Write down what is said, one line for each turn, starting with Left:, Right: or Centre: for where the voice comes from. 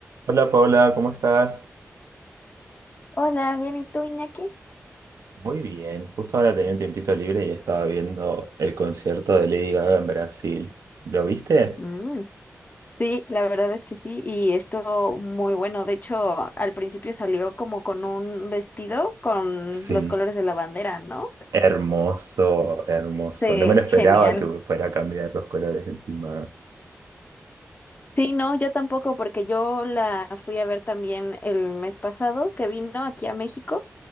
Right: Hola Paola, ¿cómo estás?
Left: Hola, bien, ¿y tú, Iñaki?
Right: Muy bien, justo ahora tenía un tiempito libre y estaba viendo el concierto de Lady Gaga en Brasil. ¿Lo viste?
Left: Mm, sí, la verdad es que sí, y esto muy bueno. De hecho, al principio salió como con un vestido con
Right: Sí,
Left: los colores de la bandera, ¿no?
Right: Hermoso, hermoso.
Left: Sí,
Right: No me lo esperaba
Left: genial.
Right: que fuera a cambiar los colores encima.
Left: Sí, no, yo tampoco, porque yo la fui a ver también el mes pasado que vino aquí a México